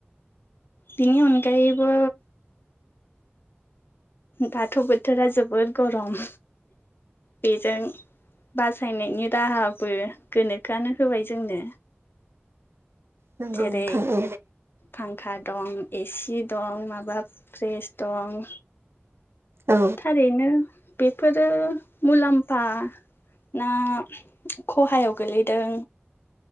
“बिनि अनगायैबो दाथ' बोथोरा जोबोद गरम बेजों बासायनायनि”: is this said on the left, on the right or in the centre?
Left